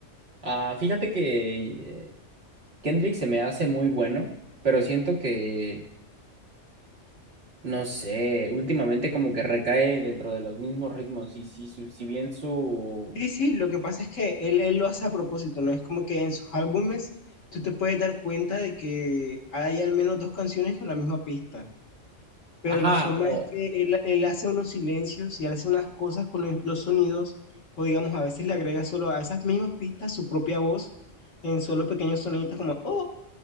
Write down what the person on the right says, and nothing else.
Ah, fíjate que Kendrick se me hace muy bueno, pero siento que, no sé, últimamente como que recae dentro de los mismos ritmos y si, su- si bien su...
Ajá,
o